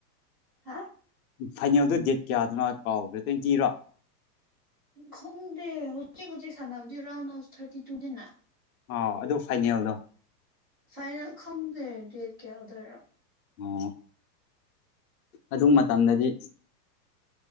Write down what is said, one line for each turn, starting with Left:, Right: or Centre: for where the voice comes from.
Right: ꯍꯥ꯫
Left: ꯐꯥꯏꯅꯦꯜꯗꯨ ꯗꯦꯠ ꯀꯌꯥꯗꯅꯣ ꯀꯥꯎꯗ꯭ꯔꯦ ꯇꯣꯋꯦꯟꯇꯤꯔꯣ꯫
Right: ꯈꯪꯗꯦ ꯍꯧꯖꯤꯛ ꯍꯧꯖꯤꯛ ꯁꯥꯟꯅꯕꯗꯤ ꯔꯥꯎꯟ ꯑꯞ ꯊꯥꯔꯇꯤ ꯇꯨꯅꯦꯅ꯫
Left: ꯑ ꯑꯗꯨ ꯐꯥꯏꯅꯦꯜꯗꯣ꯫
Right: ꯐꯥꯏꯅꯦꯜ ꯈꯪꯒꯦ ꯗꯦꯠ ꯀꯌꯥ ꯑꯣꯏꯗꯣꯏꯔ꯫
Left: ꯑꯣ ꯑꯗꯨ ꯃꯇꯝꯗꯗꯤ꯫ ꯏꯁ